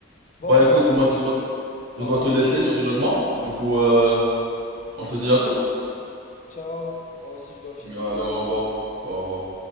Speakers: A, on the left (about 40°); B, on the right (about 80°).
A: Bon,
B: Bah écoute, moi
A: euh,
B: je dois, je
A: pardon.
B: dois te laisser malheureusement. Du coup, euh, on se dit à toutes.
A: Ciao. Moi aussi, je dois filer.
B: Allez, au revoir. Au revoir.